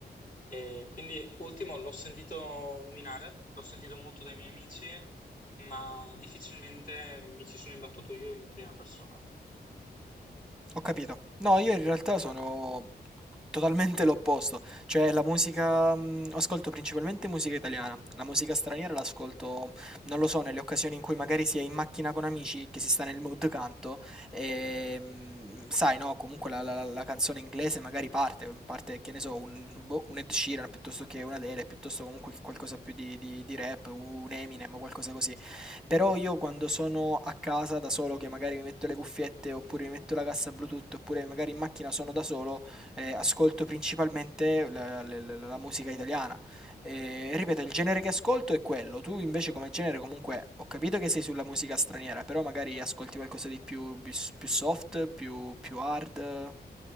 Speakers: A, on the left; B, in the centre.
A: E quindi, ultimo, l'ho sentito nominare, l'ho sentito molto dai miei amici, ma difficilmente mi ci sono imbattuto io in prima persona.
B: Ho capito. No, io in realtà sono totalmente l'opposto. Cioè, la musica, mh, ascolto principalmente musica italiana. La musica straniera l'ascolto, non lo so, nelle occasioni in cui magari si è in macchina con amici, che si sta nel mood canto, e mh, sai, no, comunque la, la- la canzone inglese magari parte, parte, che ne so, un, boh, un Ed Sheeran piuttosto che un Adele, piuttosto comunque che qualcosa più di, di di rap, un Eminem o qualcosa così. Però io quando sono a casa da solo, che magari mi metto le cuffiette, oppure mi metto la cassa Bluetooth, oppure magari in macchina sono da solo, eh, ascolto principalmente la, la- la- la musica italiana. E, ripeto, il genere che ascolto è quello. Tu invece come genere comunque ho capito che sei sulla musica straniera, però magari ascolti qualcosa di più, bis- più soft, più, più hard.